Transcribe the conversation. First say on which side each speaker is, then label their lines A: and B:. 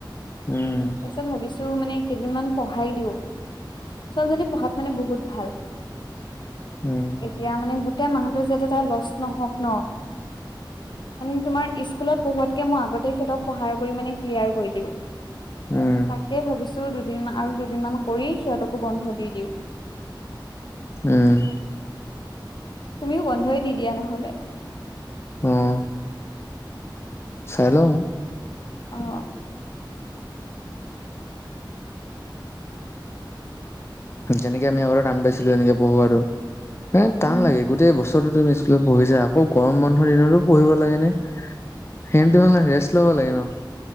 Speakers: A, on the left; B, on the left.
A: উম।
B: তাৰপিছত ভাবিছো মানে কেইদিনমান পঢ়াই দিওঁ, ছোৱালীজনী পঢ়াত মানে বহুত ভাল।
A: উম।
B: এতিয়া মানে গোটেই মাহটো যাতে তাইৰ লচ নহওক ন। মানে তোমাৰ স্কুলত পঢ়োৱাতকে মই আগতে সিহঁতক পঢ়ায় কৰি মানে ক্লিয়াৰ কৰি দিওঁ।
A: উম।
B: তাকে ভাবিছো, দুদিন আৰু দুদিনমান কৰি সিহঁতকো বন্ধ দি দিওঁ।
A: উম।
B: তুমিও বন্ধই দি দিয়া নহলে।
A: উম। চাই লওঁ।
B: অ।
A: যেনেকে আমি আগতে টান পাইছিলো এনেকে পঢ়োৱাতো, এ
B: উম
A: টান লাগে গোটেই ব তুমি স্কুলত পঢ়িছাই, আকৌ গৰম বন্ধৰ দিনতো পঢ়িব লাগে নে। সিহঁতি মানে ৰেষ্ট ল'ব লাগে ন।